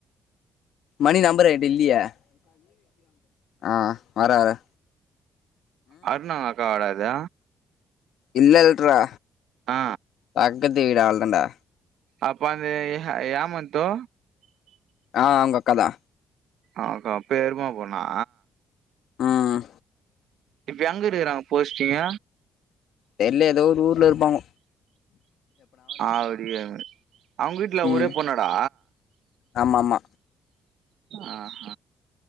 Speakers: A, on the left; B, on the right.
A: மணி நம்பர் எங்கிட்ட இல்லியே அது அடி வாங்குவ ஆ வர்றே வர்றே
B: அருண் அவங்க அக்கா வாட அது
A: இல்ல இல்லறா
B: ஆ
A: பக்கத்து வீடு அவளதாண்டா
B: அப்ப அந்த ஏ ஏமாந்டோ
A: ஆ அவுங்க அக்காதா
B: அவுங்க பெரிம்மா பொண்ணா
A: ம்
B: இப்ப எங்க இருக்கறாங்க போஸ்ட்டிங்க
A: தெரில ஏதோ ஒரு ஊர்ல இருப்பாங்க
B: அப்டியேமு அவுங்க வீட்ல
A: ம்
B: ஓரே பொண்ணாடா
A: ஆமா ஆமா
B: ஆ ஹ